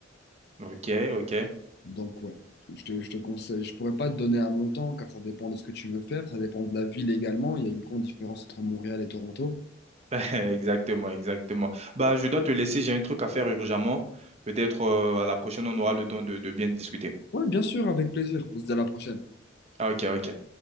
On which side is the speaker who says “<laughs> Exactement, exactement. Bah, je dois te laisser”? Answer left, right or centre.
Right